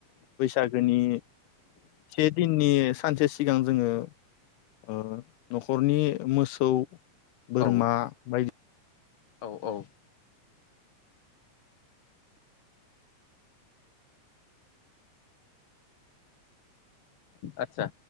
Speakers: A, on the left; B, on the left.
A: बैसागोनि से दिननि सानसे सिगां जोङो ओ न'खरनि मोसौ बोरमा
B: औ
A: बायदि
B: औ औ आतसा।